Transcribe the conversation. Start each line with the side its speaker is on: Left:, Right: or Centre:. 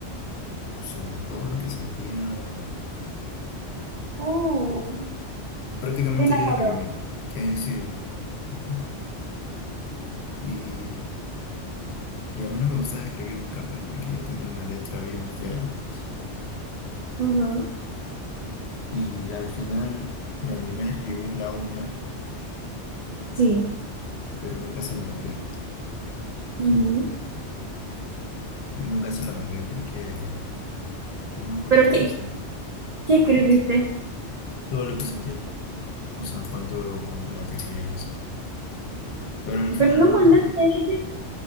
Left: o sea, de todo lo que sentía.
Right: Oh,
Left: Prácticamente
Right: se enamoró.
Left: ella era la que me... Que sí. <laughs> Y, y a mí no me gustaba escribir cartas porque yo tenía una letra bien fea, pues.
Right: Ujú.
Left: Y al final me animé a escribirla una,
Right: Sí.
Left: pero nunca se la mandé.
Right: Ujú.
Left: Nunca se la mandé porque no me acuerdo
Right: ¿Pero
Left: qué
Right: qué,
Left: pasó.
Right: qué escribiste?
Left: Todo lo que sentía, o sea, cuánto, cuánto la quería y eso. Pero al final
Right: Pero no
Left: no,
Right: mandaste
Left: no,
Right: a ella.